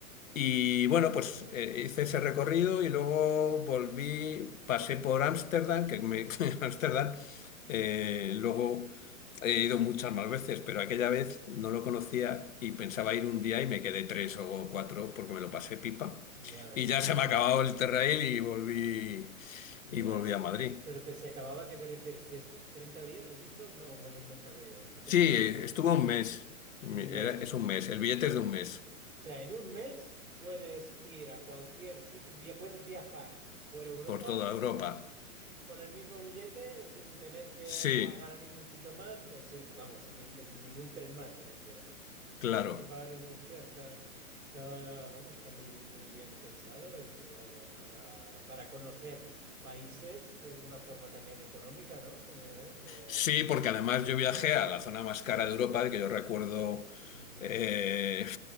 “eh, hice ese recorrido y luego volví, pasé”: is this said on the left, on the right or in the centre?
Left